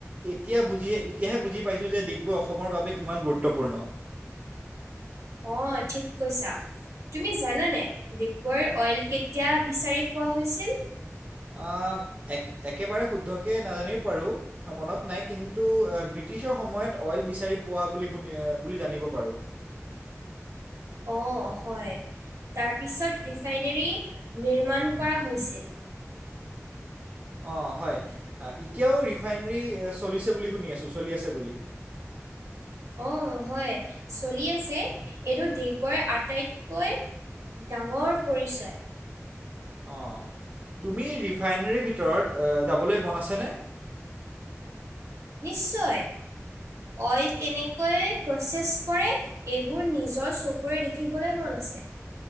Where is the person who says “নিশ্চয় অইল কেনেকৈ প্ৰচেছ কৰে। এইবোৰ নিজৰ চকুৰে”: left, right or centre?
Right